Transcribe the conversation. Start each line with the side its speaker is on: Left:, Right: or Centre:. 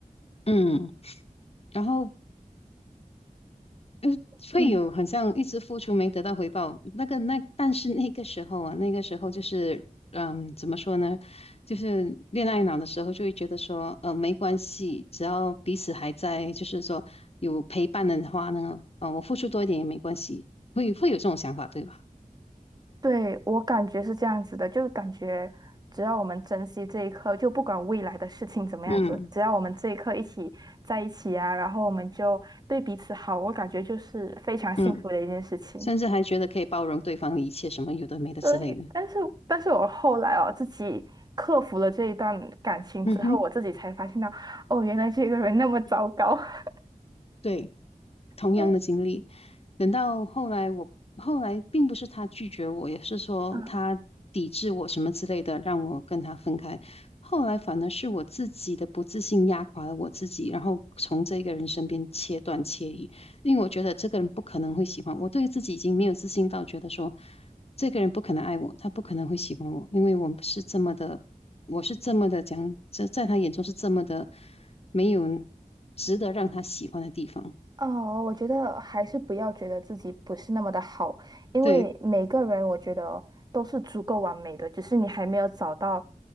Left: 嗯，然后呃，
Right: 嗯，
Left: 会有很像一直付出没得到回报，那个那但是那个时候啊，那个时候就是嗯，怎么说呢？就是恋爱脑的时候，就会觉得说，呃，没关系，只要彼此还在，就是说有陪伴的话呢，呃，我付出多一点也没关系，会会有这种想法，对吧？
Right: 对，我感觉是这样子的，就感觉只要我们珍惜这一刻，就不管未来的事情怎么样子，
Left: 嗯
Right: 只要我们这一刻一起在一起啊，然后我们就对彼此好，我感觉就是非常幸福的一件事情。
Left: 嗯，甚至还觉得可以包容对方的一切，什么有的没的之类的。
Right: 所以，但是，但是我后来哦，自己克服了这一段感情之后，
Left: 嗯哼，
Right: 我自己才发现到，哦，原来这个人那么糟糕。<laughs>
Left: 对。同样的经历。
Right: 对，
Left: 等到后来我，后来并不是他拒绝我，也是说他抵制我什么之类的，
Right: 啊。
Left: 让我跟他分开。后来反而是我自己的不自信压垮了我自己，然后从这个人身边切断切离，因为我觉得这个人不可能会喜欢我，对于自己已经没有自信到觉得说这个人不可能爱我，他不可能会喜欢我，因为我们是这么的，我是这么的讲，这在他眼中是这么的没有值得让他喜欢的地方。
Right: 哦，我觉得还是不要觉得自己不是那么的好，因为每个人我觉得都是足够完美的，
Left: 对，
Right: 只是你还没有找到